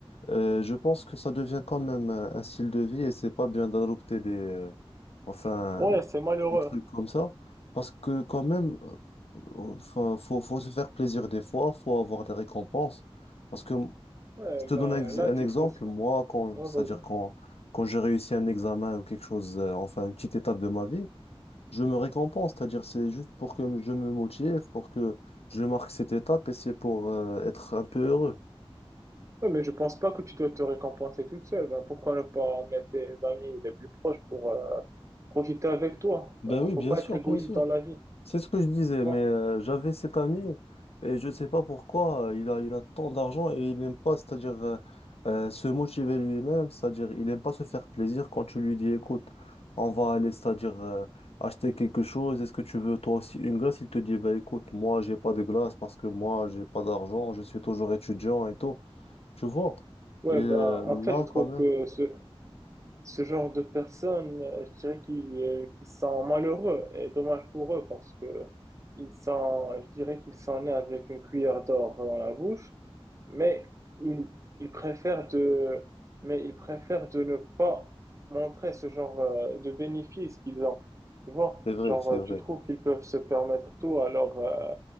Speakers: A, on the left (about 80°); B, on the right (about 30°).
A: Euh, je pense que ça devient quand même un, un style de vie et c'est pas bien d'adopter des... euh, Enfin,
B: ouais, c'est malheureux.
A: des trucs comme ça. Parce que quand même, euh, euh, enfin, faut, faut se faire plaisir des fois, faut avoir des récompenses. Parce que
B: Ouais,
A: je te
B: ben
A: donne un, ex-
B: là,
A: un
B: tu
A: exemple,
B: trouves.
A: moi, quand,
B: Ouais,
A: c'est-à-dire
B: vas-y.
A: quand, quand j'ai réussi un examen ou quelque chose, euh, enfin une petite étape de ma vie, je me récompense. C'est-à-dire c'est juste pour que je me motive, pour que je marque cette étape et c'est pour euh, être un peu heureux.
B: Ouais, mais je pense pas que tu dois te récompenser toute seule. Ben, pourquoi ne pas emmener tes amis les plus proches pour euh, profiter avec toi?
A: Ben
B: Ben,
A: oui,
B: faut
A: bien
B: pas
A: sûr,
B: être égoïste
A: bien sûr.
B: dans la vie. tu
A: C'est ce que je disais,
B: vois
A: mais euh, j'avais cet ami et je ne sais pas pourquoi euh, il a, il a tant d'argent et il n'aime pas, c'est-à-dire euh, euh, se motiver lui-même, c'est-à-dire il n'aime pas se faire plaisir quand tu lui dis, écoute, on va aller, c'est-à-dire euh, acheter quelque chose, est-ce que tu veux toi aussi une glace? Il te dit, bah écoute, moi j'ai pas de glace parce que moi j'ai pas d'argent, je suis toujours étudiant et tout, tu vois.
B: Ouais,
A: Et euh,
B: ben en fait,
A: là
B: je trouve
A: quand même,
B: que ce, Ce genre de personnes, euh, je dirais qu'ils euh, qu'ils sont malheureux et dommage pour eux parce que ils sont, je dirais qu'ils sont nés avec une cuillère d'or dans la bouche, mais ils, ils préfèrent de, mais ils préfèrent de ne pas montrer ce genre euh, de bénéfices qu'ils ont. Tu vois,
A: c'est vrai,
B: genre
A: c'est
B: euh,
A: vrai
B: tu trouves qu'ils peuvent se permettre tout alors euh,